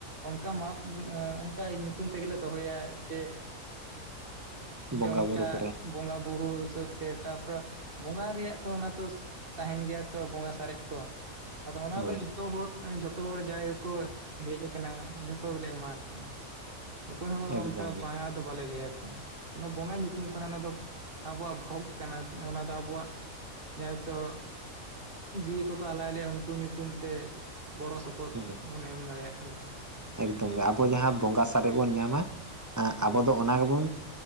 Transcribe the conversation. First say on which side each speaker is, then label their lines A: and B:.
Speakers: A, on the right; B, on the right.
A: ᱚᱱᱠᱟ ᱢᱟᱯ ᱚᱱᱠᱟ ᱧᱩᱛᱩᱢ ᱛᱮᱜᱮᱞᱮ ᱫᱚᱦᱚᱭᱟ ᱡᱮ
B: <inaudible> ᱵᱚᱸᱜᱟ
A: ᱡᱮ ᱚᱱᱠᱟ
B: ᱵᱩᱨᱩ ᱠᱚᱨᱮ
A: ᱵᱚᱸᱜᱟ ᱵᱩᱨᱩ ᱦᱤᱥᱟᱹᱵ ᱛᱮ ᱛᱟᱯᱚᱨᱮ ᱵᱚᱸᱜᱟ ᱨᱮᱭᱟᱜ ᱛᱚ ᱚᱱᱟ ᱛᱚ ᱛᱟᱦᱮᱱ ᱜᱮᱭᱟ ᱛᱚ ᱵᱚᱸᱜᱟ ᱥᱟᱨᱮᱡ ᱠᱚ ᱟᱫᱚ ᱚᱱᱟ
B: ᱦᱳᱭ
A: ᱫᱚ ᱡᱷᱚᱛᱚ ᱦᱚᱲ ᱡᱷᱚᱛᱚ ᱦᱚᱲ ᱡᱟᱜᱭ ᱜᱮᱠᱚ ᱦᱮᱡ ᱠᱟᱱᱟ ᱡᱚᱛᱚ ᱜᱮᱞᱮ ᱮᱢᱟ ᱠᱚᱣᱟ ᱚᱠᱚᱭ ᱦᱚᱸ
B: ᱮᱠᱫᱚᱢ
A: ᱚᱱᱠᱟ
B: ᱜᱮ
A: ᱵᱟᱝᱼᱟ ᱵᱟᱞᱮ ᱞᱟᱹᱭᱟᱠᱚ ᱵᱚᱸᱜᱟ ᱧᱩᱛᱩᱢ ᱠᱟᱱᱟ ᱚᱱᱟ ᱫᱚ ᱟᱵᱚᱣᱟᱜ ᱵᱷᱳᱜᱽ ᱠᱟᱱᱟ ᱚᱱᱟ ᱫᱚ ᱟᱵᱚᱣᱟᱜ ᱡᱟᱭᱛᱚ ᱡᱤᱣᱤ ᱠᱚᱠᱚ ᱟᱞᱟᱭ ᱞᱮᱭᱟ ᱩᱱᱠᱩ ᱧᱩᱛᱩᱢ ᱛᱮ ᱜᱚᱲᱚ ᱥᱚᱯᱚ
B: <unintelligible>
A: <unintelligible> ᱮᱢ ᱫᱟᱲᱮᱭᱟᱜ ᱞᱮᱠᱟ
B: ᱮᱠᱫᱚᱢ ᱜᱮ ᱟᱵᱚ ᱡᱟᱦᱟᱸ ᱵᱚᱸᱜᱟ ᱥᱟᱨᱮᱡ ᱵᱚᱱ ᱧᱟᱢᱟ
A: ᱦᱮᱸ
B: ᱟᱵᱚ ᱫᱚ ᱚᱱᱟ ᱜᱮᱵᱚᱱ